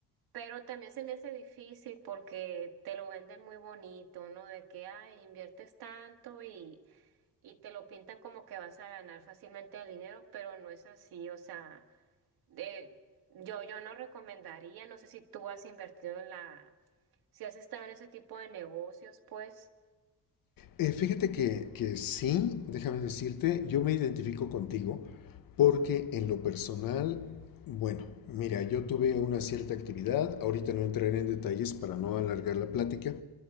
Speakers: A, on the right; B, on the left.
A: pero también se me hace difícil porque te lo venden muy bonito, ¿no? De que, ay, inviertes tanto y y te lo pintan como que vas a ganar fácilmente el dinero, pero no es así, o sea, de, yo, yo no recomendaría, no sé si tú has invertido en la, si has estado en ese tipo de negocios, pues,
B: Eh, fíjate que, que sí, déjame decirte, yo me identifico contigo porque en lo personal, bueno, mira, yo tuve una cierta actividad, ahorita no entraré en detalles para no alargar la plática,